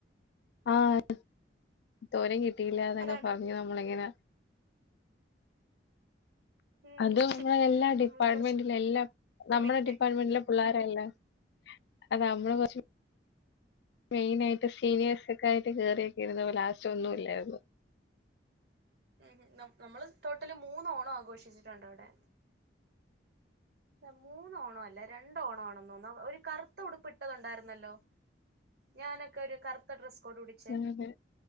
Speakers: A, on the left (about 65°); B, on the right (about 60°).
A: ആഹ് തോരൻ കി കിട്ടീല്ല ന്നൊക്കെ
B: അതാണ്
A: പറഞ്ഞു നമ്മളിങ്ങനെ
B: ഉം
A: അത് നമ്മുടെ എല്ലാ ഡിപ്പാർട്ട്മെന്റിലെ
B: നമ്മള് കുറച്ച്
A: എല്ലാ നമ്മുടെ
B: മെയിൻ
A: ഡിപ്പാർ്മെന്റിലെ പിള്ളേരല്ലേ അത് നമ്മള് കൊറച്ച് മെയിന് ആയിട്ട് സീനിയേഴ്സ് അക്കെ ആയിട്ട് കേറിയൊക്കെ ഇരുന്നപ്പം ലാസ്റ്റ് ഒന്നുംല്ലായ്രുന്നു
B: ഉം നമ് നമ്മള് ടോട്ടല് മൂന്ന് ഓണം ആഘോഷിച്ചിട്ടിണ്ട് അവ്ടെ ല്ല മൂന്ന് ഓണാല്ല രണ്ട് ഓണാണെന്ന്തോന്ന് അഹ് ഒരു കറുത്ത ഉടുപ്പിട്ടത്ണ്ടായിരുന്നല്ലോ ഞാനൊക്കെ ഒരു കറുത്ത ഡ്രസ് കൊട പിടിച്ചേ
A: അങ്ങനെ